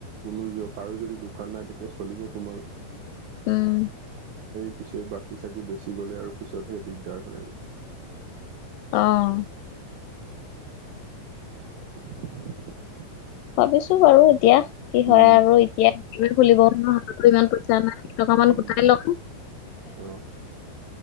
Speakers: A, on the right; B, on the left.
A: কোনো কাৰো যদি দোকান নাই তেতিয়া চলিব তোমাৰো।
B: উম
A: পিছে বাকী চাকি বেচি গ'লে আৰু পিছতহে দিগদাৰ হয় আৰু।
B: আহ
A: <inaudible>
B: ভাবিছো বাৰু এতিয়া কি
A: উম
B: হয় আৰু এতিয়া খুলিব নোৱাৰাতো ইমান পইচা নাই। মই মানে
A: উম
B: গোটাই ল‌ওঁ।
A: অ